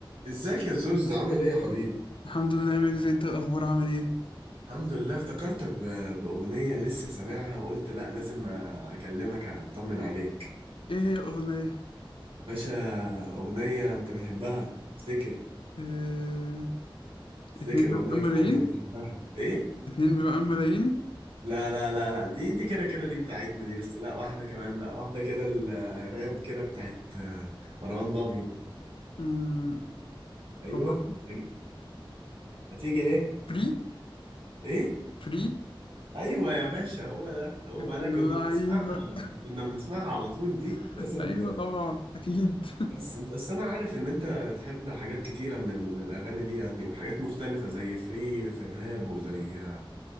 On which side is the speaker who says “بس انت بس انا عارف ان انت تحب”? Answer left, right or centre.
Right